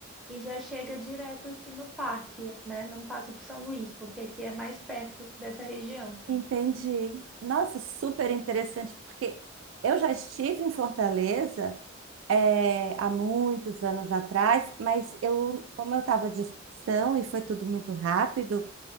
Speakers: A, in the centre; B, on the right (about 80°).
A: E já chega direto aqui no parque, né? Não passa por São Luís, porque aqui é mais perto dessa região.
B: Entendi. Nossa, super interessante, porque eu já estive em Fortaleza, eh, há muitos anos atrás, mas eu, como eu estava de excursão e foi tudo muito rápido,